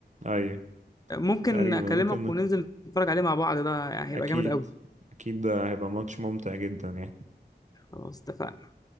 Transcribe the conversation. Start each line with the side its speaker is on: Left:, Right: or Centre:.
Right: ايوه
Left: ممكن
Right: تقريبا
Left: اكلمك
Right: ممكن
Left: وننزل نتفرج عليه مع بعض ده يعني
Right: اكيد
Left: هيبقى جامد قوي
Right: اكيد ده هيبقى ماتش ممتع جدا يعني
Left: خلاص اتفقنا